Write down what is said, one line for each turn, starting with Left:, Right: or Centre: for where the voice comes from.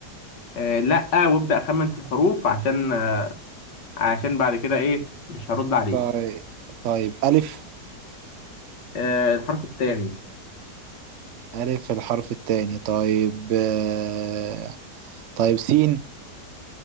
Left: آه، لا وابدا اخمن في الحروف عشان آه، عشان بعد كده ايه مش هرد عليه
Right: طيب طيب الف
Left: آه، الحرف الثاني
Right: الف الحرف الثاني طيب آه، طيب سين